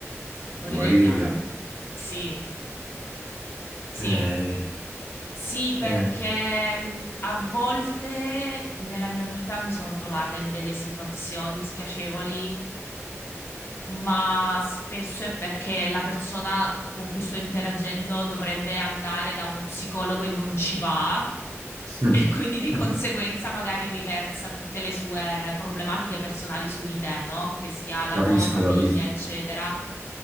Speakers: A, on the left (about 50°); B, on the right (about 85°).
A: Guarire
B: Guarire
A: gli altri.
B: gli altri.
A: Sì, sì.
B: Eh,
A: Sì,
B: eh,
A: perché mh, a volte nella mia vita mi sono trovata in delle situazioni spiacevoli, ma spesso è perché la persona con cui sto interagendo dovrebbe andare da uno psicologo e non ci va, <laughs>
B: mm.
A: e quindi di
B: <laughs>
A: conseguenza magari riversa tutte le sue problematiche personali su di te, no? Che sia lavoro,
B: Capisco,
A: famiglia,
B: capisco,
A: eccetera.